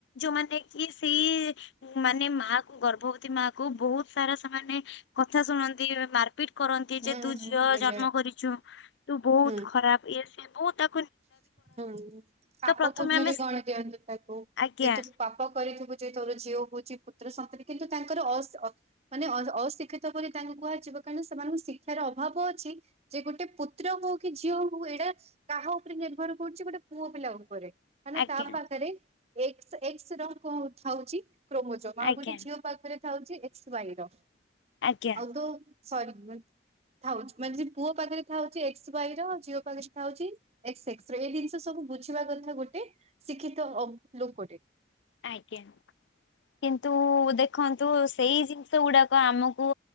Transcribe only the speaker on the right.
ହୁଁ
ହୁଁ
ଆଜ୍ଞା
ହୁଁ
ହୁଁ ପାପ
ପୁଣ୍ୟରେ
ଗଣି ଦିଅନ୍ତୁ ତାକୁ
ଯେତୁ ପାପ୍ କରିଥିବୁ ଯେତୋର ଝିଅ ହଉଚି ପୁତ୍ର ସନ୍ତନୀ କିନ୍ତୁ ତାଙ୍କର ଅସ୍ ଅ ମାନେ ଅ ଅଶିକ୍ଷିତ ବୋଲି ତାଙ୍କୁ କୁହାଯିବ କାହିଁକିନା ସେମାନଙ୍କୁ ଶିକ୍ଷାର ଅଭାବ ଅଛି ଯେ ଗୋଟେ ପୁତ୍ର ହଉକି ଝିଅ ହଉ ଏଡ଼ା କାହା ଉପରେ ନିର୍ଭର କରୁଚି ଗୋଟେ ପୁଅ ପିଲା ଉପରେ ମାନେ
ତାପାଖରେ ଏକ୍ସ୍ ଏକ୍ସ୍ର କଥାଉଚି କ୍ରୋମୋଜମ୍ ଆଉ
ଗୋଟେ ଝିଅ ପାଖରେ ଥାଉଚି ଏକ୍ସ ୱାଇର
ଆଉ ତୋ ସରି ଥାଉଚି ମାନେ ଯଦି ପୁଅ ପାଖରେ ଥାଉଚି ଏକ୍ସ ୱାଇର ଝିଅ ପାଖରେ ଥାଉଚି ଏକ୍ସ୍ ଏକ୍ସ୍ର ଏଇ ଜିନିଷ ସବୁ ବୁଝିବା କଥା ଗୋଟେ ଶିକ୍ଷିତ ଅ ଲୋକଟେ।